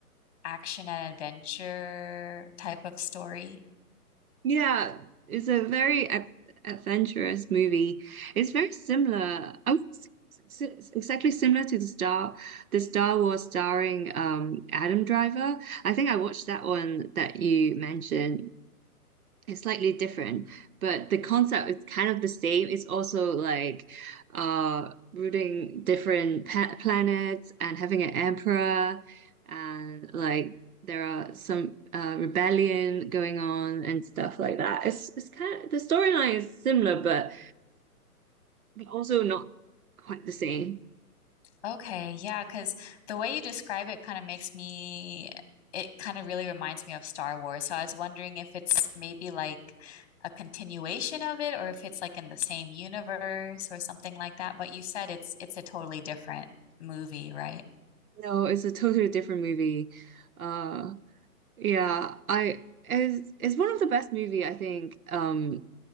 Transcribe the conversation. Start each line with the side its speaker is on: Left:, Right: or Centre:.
Left: action and adventure type of story?
Right: Yeah, it's a very ad adventurous movie. It's very similar. I would say it's it's exactly similar to the Star, the Star Wars starring um Adam Driver. I think I watched that one that you mentioned it's slightly different, but the concept is kind of the same. It's also like uh rooting different pa planets and having an emperor and like there are some uh rebellion going on and stuff like that. It's it's kind of the storyline is similar but but also not quite the same.
Left: Okay, yeah, because the way you describe it kind of makes me, it kind of really reminds me of Star Wars. So I was wondering if it's maybe like a continuation of it or if it's like in the same universe or something like that. But you said it's it's a totally different movie, right?
Right: No, it's a totally different movie. Uh yeah, I it's, it's one of the best movie I think um